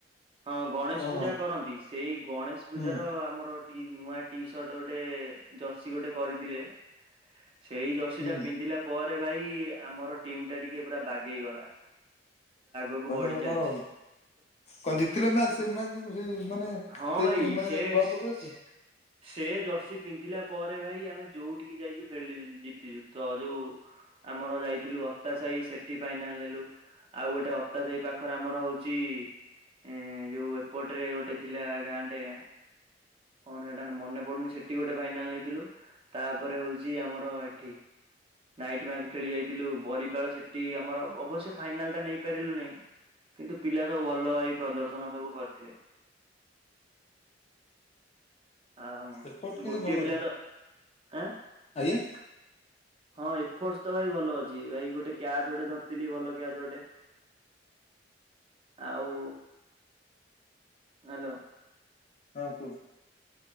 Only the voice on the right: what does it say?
ହଁ ଗଣେଶେ
ପୂଜା କରନ୍ତି ସେଇ ଗଣେଶ୍ ପୂଜାର
ଆମର ଟି ନୂଆ ଟି ସର୍ଟ ଗୋଟେ ଜର୍ସି ଗୋଟେ କରିଥିଲେ। ସେଇ ଜର୍ସି
ଟା ପିନ୍ଧିଲା ପରେ ଭାଇ ଆମର ଟିମ୍ ଟା ଟିକେ ପୁରା ବାଗେଇ ଗଲା। ସବୁ
ବଢି ଚାଲିଛି।
ହଁ
ଭାଇ
ସେ
ସେ ଜର୍ସି ପିନ୍ଧିଲା ପରେ ଭାଇ ଆମେ ଯୋଉଠିକି ଯାଇଛୁ ଖେଳି ଜିତିଛୁ। ତ ଯୋଉ ଆମର ଯାଇଥିଲୁ ଅତା ସାହି ସେଠି ଫାଇନାଲ୍ ନେଲୁ। ଆଉ ଗୋଟେ ଅତା ସେଇ ପାଖରେ ଆମର ହଉଛି ଏଁ ଯୋଉ ଏପଟ ରେ ଗୋଟେ ଥିଲା ଗାଁଟେ କଣ ସେଇଟା ମନେ ପଡୁନି ସେଠି ଗୋଟେ ଫାଇନାଲ ନେଇଥିଲୁ। ତାପରେ ହଉଛି ଆମର ଏଠି ନାଇଟ୍ ମ୍ୟାଚ୍ ଖେଳି ଯାଇଥିଲୁ ବରିପାଳ ସେଠି ଆମର ଅବଶ୍ୟ ଫାଇନାଲ ଟା ନେଇପାରିଲୁ ନାହିଁ। କିନ୍ତୁ ପିଲା ସବୁ ଭଲ ଭାଇ ପ୍ରଦର୍ଶନ ସବୁ କରିଥିଲେ। ଆଉ
ଗୋଟିଏ
ପିଲା
ତ ଆଁ?
ହଁ ଏଫୋର୍ଟସ ତ ଭାଇ ଭଲ ଅଛି ଭାଇ ଗୋଟେ କ୍ୟାଚ ଗୋଟେ ଧରିଥିଲି ଭଲ କ୍ୟାଚ ଗୋଟେ। ଆଉ ହ୍ୟାଲୋ।